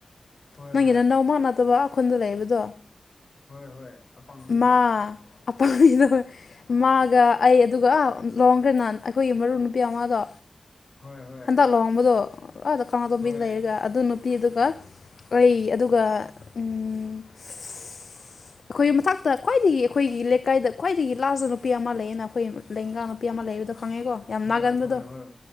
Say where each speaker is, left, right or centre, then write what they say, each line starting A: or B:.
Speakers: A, on the left; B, on the left.
A: ꯍꯣꯏ
B: ꯅꯪꯒꯤ
A: ꯍꯣꯏ
B: ꯅ ꯅꯎ ꯃꯥ ꯅꯠꯇꯕ ꯈꯨꯜꯗ ꯂꯩꯕꯗꯣ
A: ꯍꯣꯏ ꯍꯣꯏ ꯑꯄꯥꯡꯕꯤꯗꯣ
B: ꯃꯥ ꯑꯄꯥꯝꯕꯤꯗꯣ ꯃꯥꯒ ꯑꯩ ꯑꯗꯨꯒ ꯑ ꯂꯨꯍꯣꯡꯒ꯭ꯔꯦꯅꯥ ꯑꯩꯈꯣꯏꯒꯤ ꯃꯔꯨꯞ ꯅꯨꯄꯤ ꯑꯃꯗꯣ
A: ꯍꯣꯏ ꯍꯣꯏ
B: ꯇ ꯂꯨꯍꯣꯡꯕꯗꯨ ꯑꯗ ꯀꯪꯂꯥꯇꯣꯝꯕꯤꯗ
A: ꯍꯣꯏ
B: ꯂꯩꯔꯒ ꯑꯗꯨ ꯅꯨꯄꯤ ꯑꯗꯨꯒ ꯑꯩ ꯑꯗꯨꯒ ꯑꯩꯈꯣꯏꯒꯤ ꯃꯊꯛꯇ ꯈ꯭ꯋꯥꯏꯗꯒꯤ ꯑꯩꯈꯣꯏꯒꯤ ꯂꯩꯀꯥꯏꯗ ꯈ꯭ꯋꯥꯏꯗꯒꯤ ꯂꯥꯖ ꯅꯨꯄꯤ ꯑꯃ ꯂꯩꯌꯦꯅ ꯑꯩꯈꯣꯏ ꯂꯦꯡꯒꯥꯥꯡ ꯅꯨꯄꯤ ꯑꯃ ꯂꯩꯕꯗꯣ ꯈꯪꯉꯦꯀꯣ ꯌꯥꯝ
A: ꯍꯣꯏ
B: ꯅꯥꯒꯟꯕꯗꯣ
A: ꯍꯣꯏ ꯍꯣꯏ